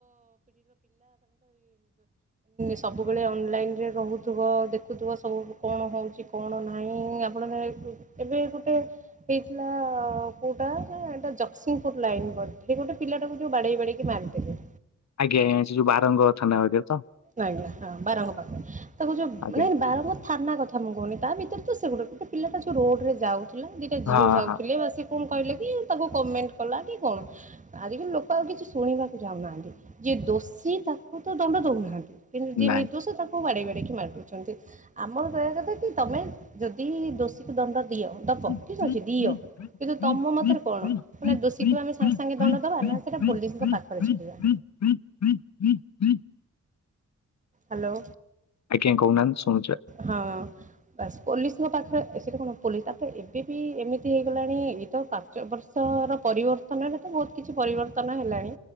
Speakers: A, on the right; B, on the left.
A: ସବୁବେଳେ ଅନ୍‌ଲାଇନ୍‌ ରେ ରହୁଥୁବ ଦେଖୁଥୁବ ସବୁ କ'ଣ ହଉଚି କ'ଣ ନାହିଁ। ଏବେ ଟେ ହେଇଥିଲା। କଉଟା ନା ଜକ୍ସିଂପୁର୍ ଲାଇନ୍‌ ବଧେ, ଗୋଟେ ପିଲାଟାକୁ ଯଉ ବାଡ଼େଇ ବାଡ଼େଇକି ମାର୍ ଦେଲେ।
B: ଆଜ୍ଞା, ସେ ଯଉ ବାରଙ୍ଗ ଥାନା ଆ ତ।
A: ଆଜ୍ଞା ହଁ! ବାର ପାଖ ତାକୁ ଯଉ
B: ଆଜ୍ଞା
A: ମାନେ ବାରଙ୍ଗ ଥାନା କ ମୁଁ କଉନି, ତା' ଭିତରେ ତ ସେ ଗୋ----ପିଲାଟା ଯ ରୋଡ଼ରେ ଯାଉଥିଲା। ଦିଇଟା ଝିଅ
B: ହଁ
A: ଯାଉଥିଲେ
B: ହଁ
A: ବା ସେ କହିଲା କି ତାକୁ କମେଣ୍ଟେ କଲା। କି ଆଜିକାଲି ଲୋକ ଆଉ କିଛି ଶୁଣିବାକୁ ଉନାହାନ୍ତି, ଯିଏ ଦୋଷୀ ତାକୁ ତ ଦଣ୍ଡ ଦଉନାହାନ୍ତି। କିନ୍ତୁ ଯିଏ
B: ନାଇଁ।
A: ନିର୍ଦ୍ଦୋଷ, ତାକୁ ବାଡ଼େଇ ବାଡ଼େଇକି ମାର୍ ଦଉଚନ୍ତି। ଆମର କହିବା କଥା କି ତମେ ଯଦି ଦୋଷୀକୁ ଦଣ୍ଡ ଦିଅ, ଦବ
B: ଆଜ୍ଞା
A: ଠିକ୍ ଅଛି ଦିଅ। କିନ୍ତୁ ତମ ମତରେ କ'ଣ? ଦୋଷୀକୁ ଆମେ ସାଙ୍ଗ୍ ସାଙ୍ଗେ ଦଣ୍ଡ ଦବା ନା ସେଇଟା ପୋଲିସଙ୍କ ପାଖରେ ଛାଡ଼ିବା। ହାଲୋ।
B: ଆଜ୍ଞା, କହୁ ନାହାନ୍ତି ଶୁ
A: ହଁ! ବାସ୍, ପୋଲିସ୍‌ଙ୍କ ପାଖରେ ସେଟା କ'ଣ ତା'ପରେ ଏବେ ବି ଏମିତି ହେଇଗଲାଣି। ଏଇତ ପାଞ୍ଚ ବର୍ ପରିବର୍ତ୍ତନରେ ତ ବହୁତ୍ କିଛି ପରିବର୍ତ୍ତନ ହେଲାଣି।